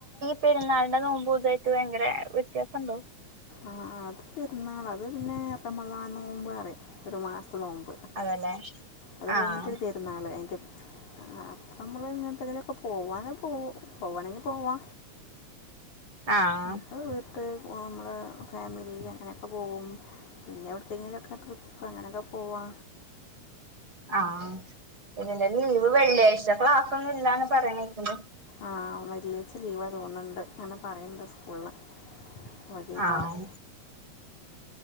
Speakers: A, on the right (about 40°); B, on the left (about 75°).
A: പെരുന്നാളിന്റെ നോമ്പ് ഇതായിട്ട് ഭയങ്കര വ്യത്യാസണ്ടോ
B: ആ അത് പെരുന്നാള് അത് പിന്നെ റമളാന് നോമ്പ്അറിം ഒരു മാസ ത്തെ നോമ്പ്
A: അതല്ലേ
B: അത്
A: ആഹ്
B: കഴിഞ്ഞിട്ട് പെരുന്നാള് അയിൻ്റെ ആ അപ്പമ്മള് ഇങ്ങന്തെങ്കിലൊക്കെ പോവാന് പോ പോവാണെങ്കി പോവാ
A: ആഹ്
B: അപ്പൊ വീട്ട പോവാ മ്മളെ ഫാമി യില് അങ്ങനെയൊക്കെ പോകും പിന്നെ എവിടുക്കെങ്കിലൊക്കെ ട്രിപ്പ് അങ്ങനെയൊക്കെ പോവാ
A: ആഹ് ഇതിന്റെ ലീവ് വെള്ളിയാഴ്ച ക്ലാസ് ഒന്നും ഇല്ലാന്ന് പറയ്ണേക്ക്ണ്ട്
B: ആ വെള്ളിയായ്ച ലീവാ തോന്നുണ്ട് അങ്ങനെ പറയണ്ട് സ്കൂളിന്ന് അതേക്കാരം
A: ആഹ്